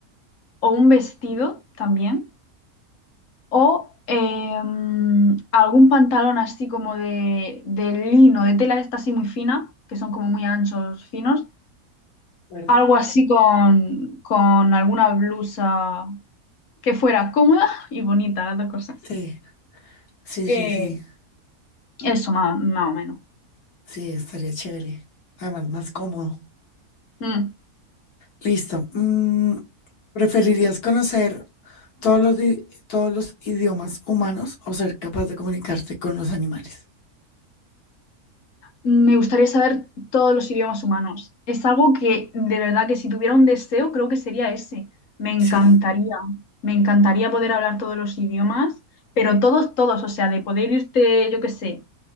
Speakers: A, on the left (about 60°); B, on the left (about 85°).
A: o un vestido también o eh, mm, algún pantalón así como de, de lino, de tela de esta así muy fina, que son como muy anchos, finos.
B: ¿Verdad?
A: Algo así con, con alguna blusa que fuera cómoda y bonita, las dos cosas.
B: Sí, sí,
A: Eh,
B: sí, sí.
A: Eso, más, o más o menos.
B: Sí, estaría chévere. Además, más cómodo.
A: Mm.
B: Listo. Mm, ¿preferirías conocer todos los, di- todos los idiomas humanos o ser capaz de comunicarte con los animales?
A: Me gustaría saber todos los idiomas humanos. Es algo que de verdad que si tuviera un deseo, creo que sería ese. Me encantaría,
B: ¿Sí?
A: me encantaría poder hablar todos los idiomas, pero todos, todos, o sea, de poder irte, yo qué sé,